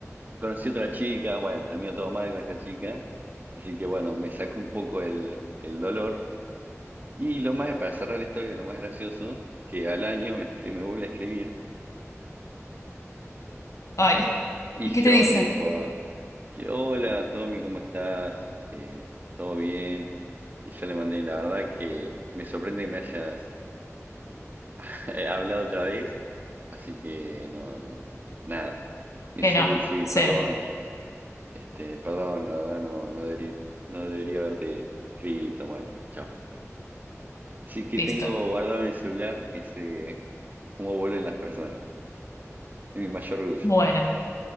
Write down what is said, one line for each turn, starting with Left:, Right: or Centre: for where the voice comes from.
Right: conocí otra chica, bueno, terminó todo mal con esa chica, así que bueno, me sacó un poco el, el dolor. Y lo más, para cerrar la historia, lo más gracioso, que al año me, escribe me vuelve a escribir
Left: Ay,
Right: y
Left: ¿y
Right: yo
Left: qué te dice?
Right: tipo, que, hola Tommy, ¿cómo estás? Este, ¿todo bien? Y yo le mandé, la verdad que me sorprende que me hayas <laughs> eh, hablado otra vez, así que no, no, nada. Me
Left: Que
Right: dice,
Left: no,
Right: "Uy, sí,
Left: cero,
Right: perdón. Este, perdón, la verdad no, no deberí- no debería haberte escrito. Bueno, chao. Sí que
Left: listo.
Right: tengo guardado en el celular ese cómo vuelven las personas. Es mi mayor orgullo.
Left: Bueno,